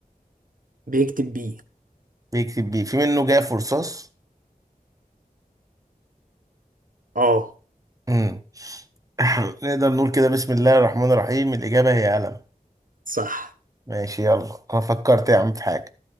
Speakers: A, on the right; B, on the right.
A: بيكتب بيه
B: بيكتب بيه في منه جاف ورصاص
A: اه
B: امم <coughs> <laughs> نقدر نقول كده بسم الله الرحمن الرحيم الإجابة هي قلم
A: صح
B: ماشي يلا أنا فكرت يا عم في حاجة